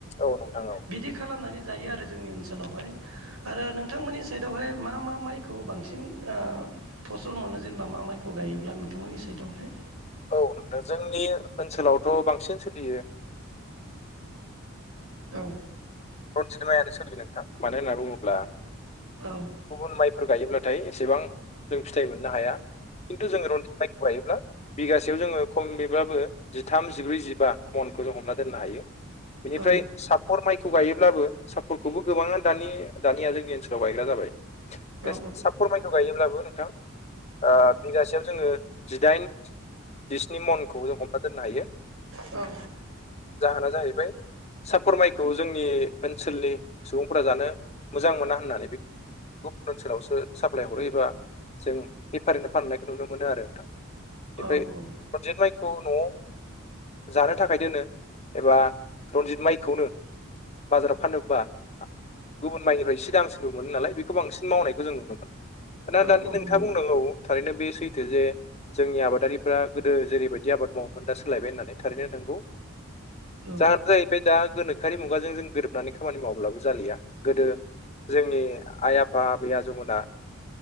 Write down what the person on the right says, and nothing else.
बिदि खालामनानै जायो आरो जोंनि ओनसोलावहाय आरो नोंथांमोननि साइडआवहाय मा मा माइखौ बांसिन फसल मोनो जेनेबा मा माइखौ गायोब्ला नोंथांमोननि साइदआवहाय
औ
औ
औ
औ
औ
औ
औ।
औ
औ
नंगौ
औ